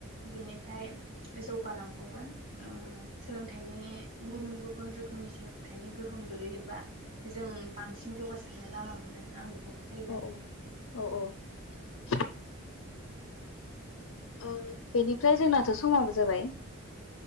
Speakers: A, on the right; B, on the left.
A: बेनि फ्राइ जौगालांबावगोन ओ सोलोंथाइनि गुबुन गुबुन रोखोमनि सोलों थाइनि गोहोम गोलैयोबा जों बांसिन जौगासिन नो लामा मोनगोन आं बेखौ
B: औ
A: फोथायो आरो
B: औ औ औ आ बेनि ओमफ्राय जोंनाथ' समाबो जाबाय